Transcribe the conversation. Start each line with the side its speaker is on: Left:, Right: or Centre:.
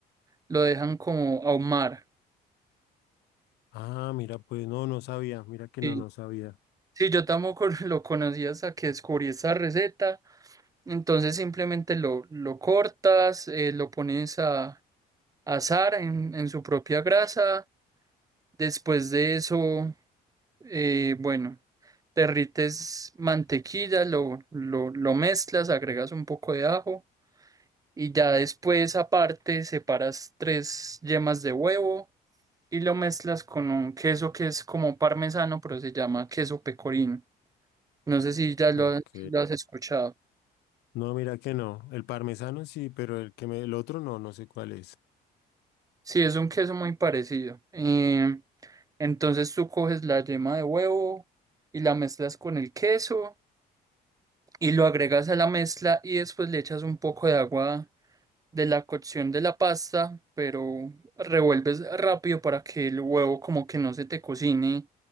Right: lo dejan como ahumar.
Left: Ah, mira, pues no, no sabía. Mira que
Right: Sí,
Left: no, no sabía.
Right: sí, yo tampoco <laughs> lo conocía hasta que descubrí esa receta. Entonces simplemente lo, lo cortas, eh, lo pones a a asar en en su propia grasa. Después de eso Eh, bueno, derrites mantequilla, lo, lo, lo mezclas, agregas un poco de ajo y ya después aparte separas tres yemas de huevo y lo mezclas con un queso que es como parmesano, pero se llama queso pecorino. No sé si ya lo,
Left: Ok.
Right: lo has escuchado.
Left: No, mira que no. El parmesano sí, pero el que me, el otro no, no sé cuál es.
Right: Sí, es un queso muy parecido. Eh, entonces tú coges la yema de huevo y la mezclas con el queso y lo agregas a la mezcla y después le echas un poco de agua de la cocción de la pasta, pero revuelves rápido para que el huevo como que no se te cocine